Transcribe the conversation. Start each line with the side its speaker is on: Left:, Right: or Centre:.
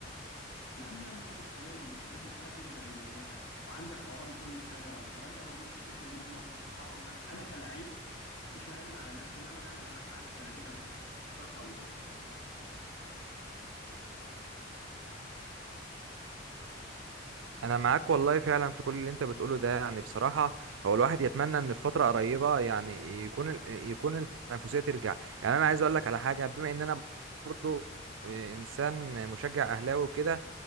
Left: لما انت ت- كنادي ما بتبقاش بتسدد مديونياتك وعندك قواضي كل سنة والكلام ده موجود في السوشيال ميديا وفي الصحافة وكذا انا كلاعب مش هآمن على نفسي ان انا اجي اعمل معاك عقد سنتين او ثلاثة صح ولا ايه
Right: انا معاك والله فعلا في كل اللي انت بتقوله ده يعني بصراحه هو الواحد يتمنى ان في فتره قريبه يعني يكون ال- يكون التنافسيه ترجع يعني انا عايز اقول لك على حاجه بما ان انا برضو انسان مشجع اهلاوي وكده